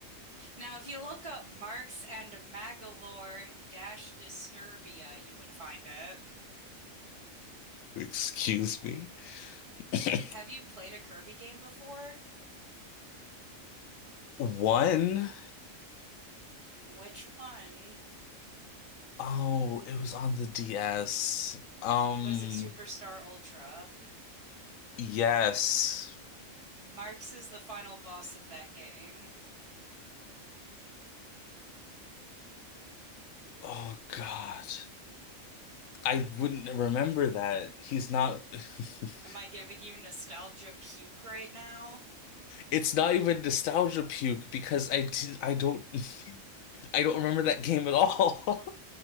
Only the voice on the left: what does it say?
Excuse me. <coughs>
One,
oh, it was on the DS. Um,
yes.
Oh God. I wouldn't remember that. He's not <laughs>
It's not even nostalgia puke because I did, I don't <laughs> I don't remember that game at all.